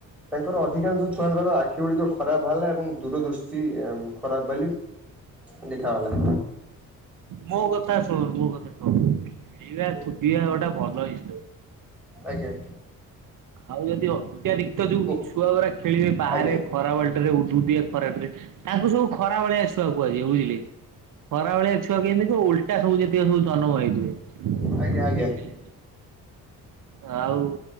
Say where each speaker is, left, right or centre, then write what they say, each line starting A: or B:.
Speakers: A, in the centre; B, on the right (about 65°).
A: ତାଙ୍କର ଅଧିକାଂଶ ଛୁଆଙ୍କର ଆଖି ଗୁଡିକ ଖରାପ ବାହାଲା ଏବଂ ଦୂରଦୃଷ୍ଟି ସିଏ ଖରାପ ବୋଲି ଦେଖାଗଲା।
B: ମୋ କଥା ଶୁଣ ମୋ କଥା ଶୁଣ ଖେଳିବା
A: ହୁଁ
B: ଫୁଟିବା ଗୋଟା ଭଲ ହେଇ
A: ଆଜ୍ଞା।
B: ଆଉ ଯଦି ଅତ୍ୟଧିକ ଯୋଉ
A: କୁ
B: ଛୁଆ ଗୁଡା ଖେଳିବେ ବାହାରେ
A: ଆଜ୍ଞା
B: ଖରାବେଳ ଟା ରେ ଉଦୁ ଉଦିଆ ଖରାଟାରେ ତାଙ୍କୁ ସବୁ ଖରା ଭଳିଆଛୁଆ କୁହାଯାଏ ବୁଝିଲେ। ଖରା ଭଳିଆ ଛୁଆ କେମିତି ଯୋଉ ଉଲଟା ସବୁ ଯେତିକ ସବୁ ଜନମ ହେଇଥିବେ।
A: ଆଜ୍ଞା ଆଜ୍ଞା।
B: ବୁଝିଲେ ଆଉ